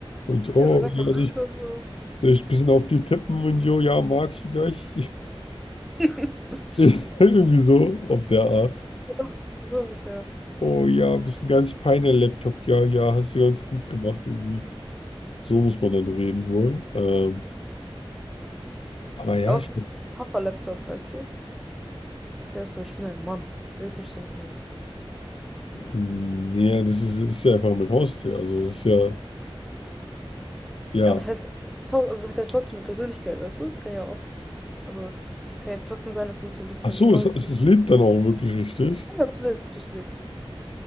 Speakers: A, on the left; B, in the centre.
A: Und oh,
B: ja, und dann sagt
A: ja,
B: man
A: soll
B: Danke
A: ich,
B: und so.
A: soll ich ein bisschen auf die tippen und jo, ja, mag ich dich.
B: <laughs>
A: <laughs> Irgendwie so, auf der Art.
B: Ja, so ungefähr.
A: Oh ja, bist ein ganz feiner Laptop, ja, ja, hast du ganz gut gemacht irgendwie. So muss man dann reden wohl. Ähm, aber ja,
B: Ja, außer
A: ich,
B: es ist so ein tougher Laptop, weißt du? Der ist so, ich bin ein Mann. Red nicht so mit mir.
A: nee, das ist, das ist ja einfach mein Haustier. Also das ist ja, ja.
B: Aber was heißt, das ist, hau- also hat er trotzdem eine Persönlichkeit, weißt du? Das kann ja auch. Also es ist, kann ja trotzdem sein, dass es so ein bisschen
A: Ach so,
B: stolz
A: es, es,
B: ist.
A: es lebt dann auch wirklich richtig.
B: Ja, das lebt, das lebt.